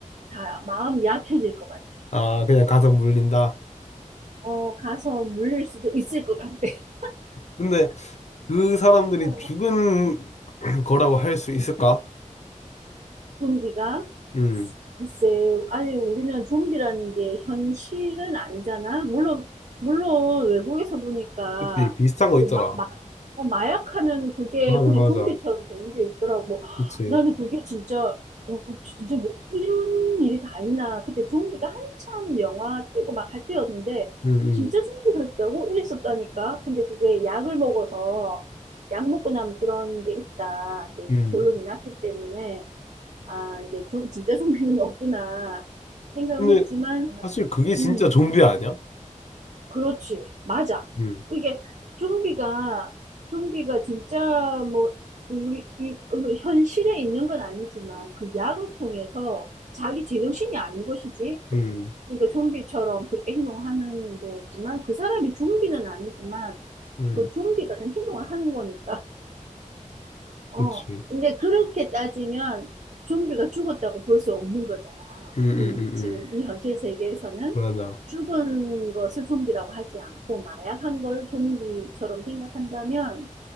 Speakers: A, on the right; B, on the left.
A: 다, 마음이 약해질 것 같아.
B: 아 그냥 가서 물린다
A: 어, 가서 물릴 수도 있을 것 같아. <laughs>
B: 근데 그 사람들이
A: 어.
B: 죽은 <clears throat> 거라고 할 수 있을까?
A: 좀비가
B: 음,
A: 글쎄, 아니, 우리는 좀비라는 게 현실은 아니잖아. 물론, 물론, 외국에서 보니까,
B: 그치. 비슷한 거
A: 그,
B: 있더라.
A: 마, 마, 어, 마약하는 그게
B: 맞아,
A: 그냥
B: 맞아.
A: 좀비처럼 되는 게 있더라고. 헉,
B: 그치.
A: 나는 그게 진짜, 어, 진짜 뭐, 이런 일이 다 있나. 그때 좀비가 한참 영화 뜨고 막 할 때였는데,
B: 음, 음,
A: 진짜 좀비가 있다고? 이랬었다니까. 근데 그게 약을 먹어서, 약 먹고 나면 그런 게 있다. 이제
B: 음.
A: 결론이 났기 때문에. 아, 이게 좀 진짜 좀비는 <laughs> 없구나 생각은
B: 근데
A: 했지만,
B: 사실 그게 진짜
A: 음,
B: 좀비 아니야?
A: 그렇지. 맞아.
B: 음,
A: 이게 좀비가, 좀비가 진짜 뭐, 우리, 이, 어, 현실에 있는 건 아니지만, 그 약을 통해서 자기 제정신이 아닌 것이지.
B: 음,
A: 그러니까 좀비처럼 그렇게 행동하는 거지만, 그 사람이 좀비는 아니지만,
B: 음.
A: 그 좀비 같은 행동을 하는 거니까. 어,
B: 그치.
A: 근데 그렇게 따지면 좀비가 죽었다고 볼 수 없는 거잖아.
B: 음, 음,
A: 이,
B: 음, 음.
A: 지금 이 현실 세계에서는
B: 맞아.
A: 죽은 것을 좀비라고 하지 않고 마약한 걸 좀비처럼 생각한다면